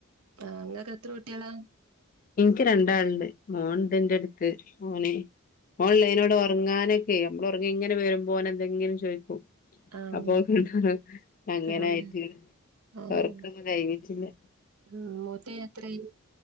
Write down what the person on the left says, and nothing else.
എനിക്ക് രണ്ടാളുണ്ട് മോൻ ഇണ്ട് ഇന്റെ അടുത്ത് മോന ഓൺലൈനോട് ഉറങ്ങാനൊക്കെ നമ്മൾ ഉറങ്ങി ഇങ്ങനെ വരുമ്പോനെ എന്തെങ്കിലും ചോദിക്കോ
അപ്പൊ കണ്ടോ അങ്ങനയിട്ട്
അവർക്കൊന്നും കയിഞ്ഞിട്ടില്ല